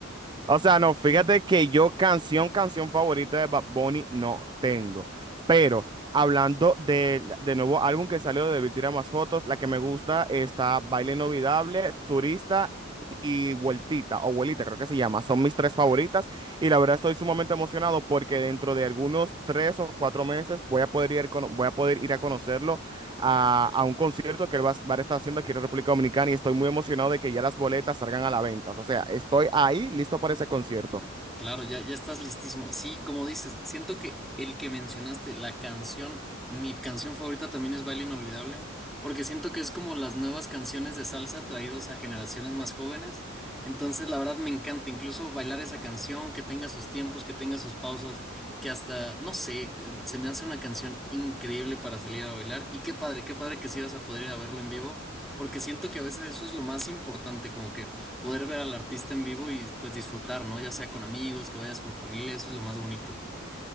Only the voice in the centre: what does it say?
Claro, ya, ya estás listísimo. Sí, como dices, siento que el que mencionaste, la canción, mi canción favorita también es Baile Inolvidable, porque siento que es como las nuevas canciones de salsa traídos a generaciones más jóvenes. Entonces, la verdad me encanta incluso bailar esa canción, que tenga sus tiempos, que tenga sus pausas, que hasta, no sé, eh, se me hace una canción increíble para salir a bailar. Y qué padre, qué padre que sí vas a poder ir a verlo en vivo, porque siento que a veces eso es lo más importante, como que poder ver al artista en vivo y pues disfrutar, ¿no? Ya sea con amigos, que vayas con familia, eso es lo más bonito.